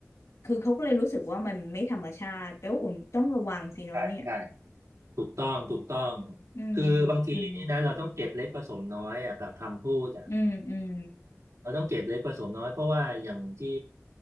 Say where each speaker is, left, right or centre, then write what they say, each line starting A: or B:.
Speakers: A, on the left (about 70°); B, on the right (about 80°).
A: คือเขาก็เลยรู้สึกว่ามันไม่ธรรมชาติแปลว่าอุ่นต้องระวังสิเนอะเนี่ย
B: ใช่ใช่ ถูกต้อง ถูกต้อง
A: อืม
B: คือบางทีนี่นะเราต้องเก็บเล็กผสมน้อยอะกับคำพูดอะ
A: อืม อืมอืม
B: เราต้องเก็บเล็กผสมน้อยเพราะว่าอย่างที่